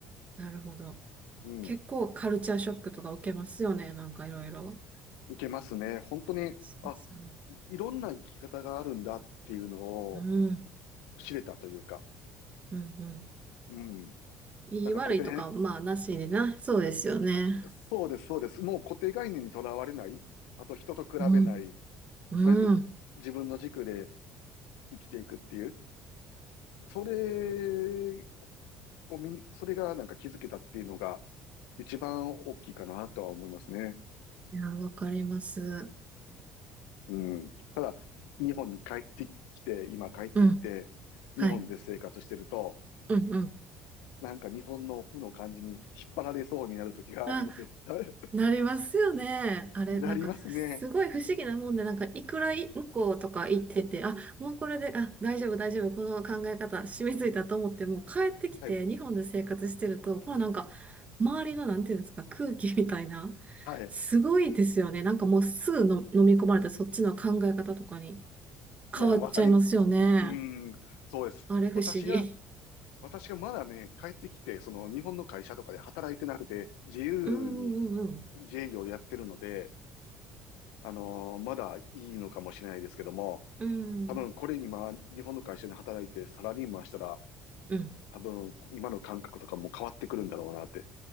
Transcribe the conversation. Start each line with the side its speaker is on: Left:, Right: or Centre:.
Right: なるほど。
Left: うん、
Right: 結構カルチャーショックとか受けますよね。なんかいろいろ。
Left: いけますね。本当に、
Right: そうですよね。
Left: あ、いろんな生き方があるんだっていうのを
Right: うん。
Left: 知れたというか、
Right: うんうん。
Left: うん、
Right: いい悪いとか、
Left: なんか固定、
Right: まあなしでな。そうですよね。
Left: そうです、そうです。もう固定概念にとらわれない、あと人と比べない、
Right: うん。うん。
Left: とりあえず自分の軸で生きていくっていう、それを見に、それがなんか気づけたっていうのが一番大きいかなとは思いますね。
Right: いや、わかります。
Left: うん。日本に帰ってきて、今帰ってきて、
Right: うん。はい。
Left: 日本で生活してると、
Right: うんうん。
Left: なんか日本の負の感じに引っ張られそうになる時があるので、
Right: あ、
Left: <laughs>
Right: なりますよね。あれ、
Left: なりますね。
Right: なんか、すごい不思議なもんで、なんか、いくらい向こうとか行ってて、あ、もうこれで、あ、大丈夫、大丈夫、この考え方、染みついたと思って、もう帰ってきて、
Left: はい。
Right: 日本で生活してると、このなんか、周りの、なんていうんですか、空気みたいな、
Left: はい。
Right: すごいですよね。なんかもうすぐの飲み込まれて、そっちの考え方とかに
Left: うん、
Right: 変わっちゃいますよね。
Left: わかります。うん、そうです。
Right: あれ、不思議。
Left: 私が、私がまだね、帰ってきて、その日本の会社とかで働いてなくて、自由に
Right: うんうんうん
Left: 自営業でやってるので、あのーまだいいのかもしれないですけども、
Right: うん。
Left: 多分これ今、
Right: うん。
Left: 日本の会社で働いてサラリーマンしたら、
Right: うん
Left: 多分今の感覚とかも変わってくるんだろうなって。